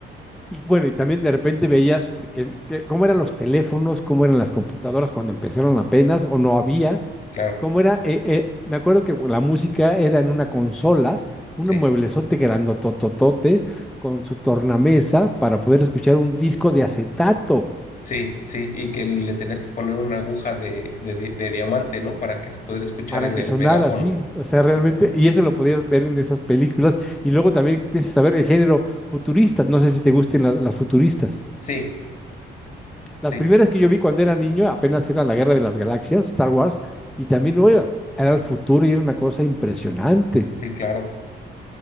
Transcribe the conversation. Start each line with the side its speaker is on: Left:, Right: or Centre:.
Centre: Y bueno, y también de repente veías que, que cómo eran los teléfonos, cómo eran las computadoras cuando empezaron apenas o no había,
Left: Claro,
Centre: cómo era, eh, eh, me acuerdo que la música era en una consola, un
Left: sí,
Centre: mueblezote grandotototote con su tornamesa para poder escuchar un disco de acetato
Left: sí, sí, y que le tenías que poner una aguja de, de, di- de diamante, ¿no? Para que se pudiera escuchar
Centre: para
Left: en
Centre: que
Left: el
Centre: sonara
Left: megáfono.
Centre: así, o sea, realmente, y eso lo podías ver en esas películas, y luego también empiezas a ver el género futurista, no sé si te gusten la- las futuristas.
Left: Sí,
Centre: Las
Left: sí,
Centre: primeras que yo vi cuando era niño apenas era la Guerra de las Galaxias, Star Wars, y también no era, era el futuro y era una cosa impresionante.
Left: sí, claro.